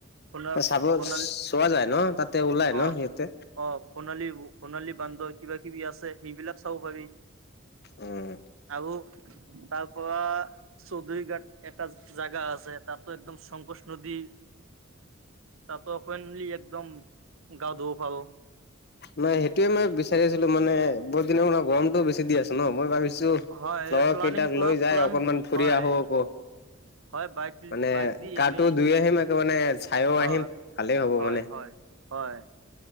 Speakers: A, on the right (about 90°); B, on the left (about 55°).
A: সোণা-সোণালী,
B: চাব চোৱা যায় ন তাতে ওলাই
A: অ
B: ন সিহঁতে
A: অ সোণালী সোণালী বান্দৰ কিবা কিবি আছে সেইবিলাক চাব পাৰি,
B: উম
A: আৰু তাৰ পৰা চৌধুৰী ঘাট এটা জাগা আছে, তাতো একদম শংকোষ নদীৰ তাতো অপেনলি একদম গা ধুব পাৰো
B: মানে সেইটোয়ে মই বেছি বিচাৰি আছিলো মানে বহুত দিনৰ মূৰত গমটোও বেছি দি আ ন, মই ভাবিচো ছো।
A: হয়
B: লগৰ
A: প্লানিং
B: কেইটাক
A: কৰক
B: লৈ যাই
A: প্লান
B: অকনমান ফুৰি
A: হয়
B: আহোঁ আকৌ।
A: হয় বাইক
B: মানে
A: বাইক দি
B: কাটো
A: আমি
B: দুই আহিম একে মানে চাইও
A: হয়
B: আহিম ভালেই হ'ব
A: হয়
B: মানে।
A: হয় হয়